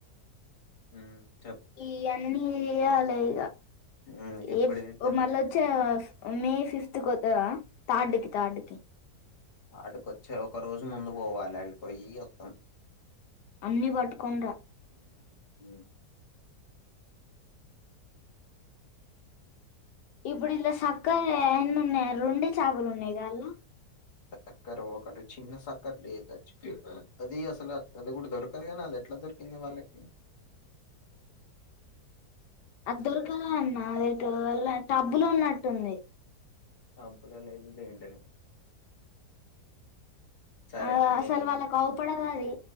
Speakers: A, on the left; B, on the left.
A: హ్మ్
B: ఇ అన్ని ఎయాలే ఇగా
A: మ్మ్ ఎప్పుడు
B: ఏ
A: చేద్దాం
B: మల్లొచ్చే మే ఫిఫ్త్ కొత్తవా? తాటికి, తాటికి.
A: ఆడుకొచ్చే ఒక రోజు ముందు పోవాలి, అడిపోయి మొత్తం.
B: అన్నీ పట్టుకని రా?
A: మ్మ్
B: ఇప్పుడు ఇందులో సక్కగా ఎన్ని ఉన్నాయా రెండే చేపలు ఉన్నాయి కాలా?
A: సక్కర ఒకటి చిన్న సక్కర లేదుచ్చి <unintelligible> అది అసలు అది కూడా దొరకదు కదా? కానీ అది ఎట్లా దొ కింద వాళ్లకి.
B: అడ్డోరకదా అన్న అదే. టబ్బులో ఉన్నట్టున్నాయి.
A: డబ్బులు అనేది ద ఏంట లేదు <unintelligible> సరే
B: ఆ
A: కట్
B: అసలు
A: చేయ్ నేను
B: వాళ్ళ కవుపడదు అది.